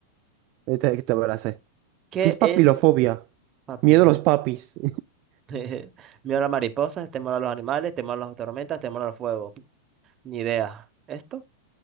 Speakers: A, on the right (about 45°); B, on the right (about 30°).
A: Esta que me la sé.
B: ¿Qué
A: ¿Qué es papilofobia?
B: es papiro?
A: Miedo a los papis. <laughs>
B: <laughs> Miedo a las <laughs> mariposas, temor a los animales, temor a las tormentas, temor al fuego. Ni idea. ¿Esto?